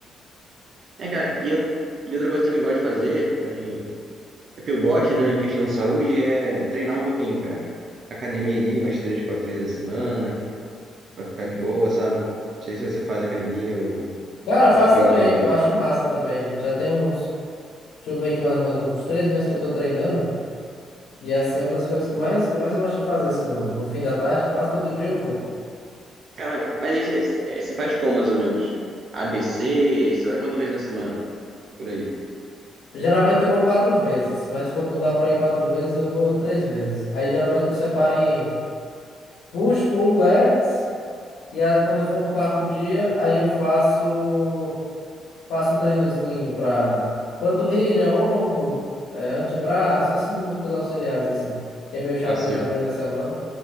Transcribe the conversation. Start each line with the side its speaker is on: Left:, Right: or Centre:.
Right: é, cara, e, eu, e outra coisa que eu também gosto de fazer, também, é que eu gosto e também, em questão de saúde, é treinar um pouquinho, cara. Academia ali, umas três, quatro vezes a semana. Vai ficar de boa, sabe? Não sei se você faz academia ou
Left: Cara,
Right: já
Left: faço
Right: fez
Left: também.
Right: alguma vez.
Left: Eu acho massa também. Já tem uns, deixa eu ver aqui mais ou menos, uns três meses que eu tô treinando. E é assim, uma das coisas que mais, que eu mais gosto de fazer, assim, no, no fim da tarde, quase todo dia eu vou.
Right: Cara, mas isso aí, é, você faz como, mais ou menos? ABC? Você vai quantas vezes na semana? Por aí.
Left: Geralmente eu vou quatro vezes, mas quando não dá pra ir quatro vezes, eu vou três vezes. Aí geralmente eu separo em push, pull, legs. E aí, quando eu for no quarto dia, aí eu faço, faço um treinozinho pra panturrilha, ombro, eh, antebraço, esses músculos auxiliares, assim, que é meio chato
Right: Assim.
Left: treinar durante a semana.